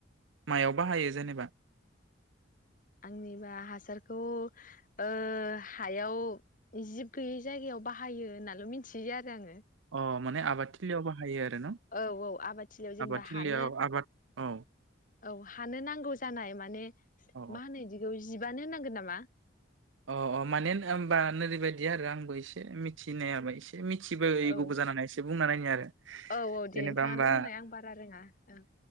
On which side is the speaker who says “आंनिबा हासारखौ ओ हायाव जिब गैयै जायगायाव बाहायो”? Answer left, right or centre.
Left